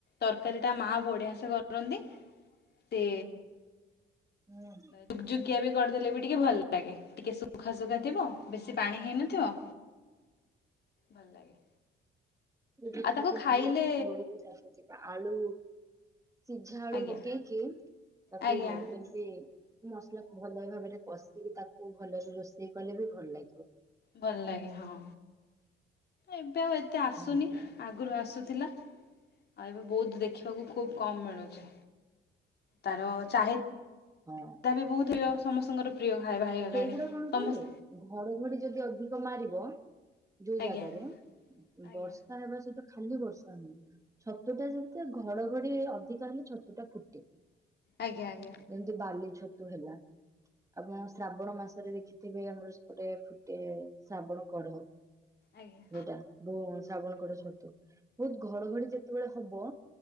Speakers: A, on the left; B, on the right.
A: ତରକାରୀ ଟା ମା ବଢିଆ ସେ କରୁଛନ୍ତି। ସେ।
B: ହୁଁ।
A: ୁ <unintelligible> ଟକିଆ ବି କରିଦେଲେ ବି ଟିକେ ଭଲ ଲାଗେ ଟିକେ ଶୁଖା ଶୁଖା ଥିବ ବେଶି ପାଣି ହେଇନଥିବ। ଭଲ ଲାଗେ।
B: <unintelligible>
A: ଆଉ ତାକୁ ଖାଇଲେ
B: ଆଳୁ ସିଝା ଆଳୁ
A: ଆଜ୍ଞା
B: ପକେଇକି ତାକୁ
A: ଆଜ୍ଞା
B: ଏମି ତି ମସଲାକୁ ଭଲ ଭାବରେ କଷିକି ତାକୁ ଭଲରେ ରୋଷେଇ କଲେ ବି ଭଲ ଲାଗିବ।
A: ଭଲ ଲାଗେ ହଁ ଏବେ ଆଉ ଏତେ ଆସୁନି।
B: ହୁଁ
A: ଆଗରୁ ଆସୁଥିଲା ଆଉ ଏବେ ବହୁତ ଦେଖିବାକୁ ଖୁବ କମ ମିଳୁଛି। ତାର ଚାହି
B: ହଁ।
A: ତା ବି ବହୁତ ହ ସମସ୍ତଙ୍କର ପ୍ରିୟ ଖାଇବା ହେଇଗଲାଣି
B: ସେଇଗୁଡା
A: ସମ
B: କଣ କି ଘଡଘଡି ଯଦି ଅଧିକ ମାରିବ ଯୋଉ
A: ଆଜ୍ଞା
B: ଜାଗାରେ
A: ଆଜ୍ଞା
B: ବର୍ଷା ହେବା ସ ଖାଲି ବର୍ଷା ନୁହଁ ଛତୁ ଟା ଯେମିତି ଘଡଘଡି ଅଧିକା ହେଲେ ଛତୁ ଟା ଫୁଟେ।
A: ଆଜ୍ଞା ଆଜ୍ଞା।
B: ଏମିତି ବାଲି ଛତୁ ହେଲା ଆପଣ ଶ୍ରାବଣ ମାସରେ ଦେଖିଥିବେ ଆମର ସେପଟେ ଫୁଟେ ଶ୍ରାବଣ କଢ।
A: ଆଜ୍ଞା ଆଜ୍ଞା
B: ସେଟା ଶ୍ରାବଣ ଯୋଉ କଡ ଛତୁ ବହୁତ ଘଡଘଡି ଯେତେବେଳେ ହବ।